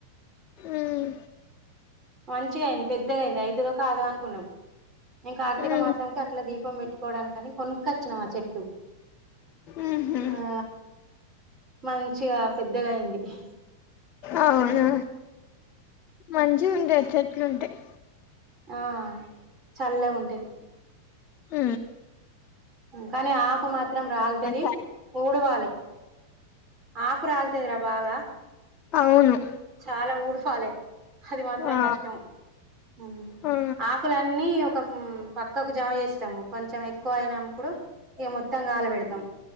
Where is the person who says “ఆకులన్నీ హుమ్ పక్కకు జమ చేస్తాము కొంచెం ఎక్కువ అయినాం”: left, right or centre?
Right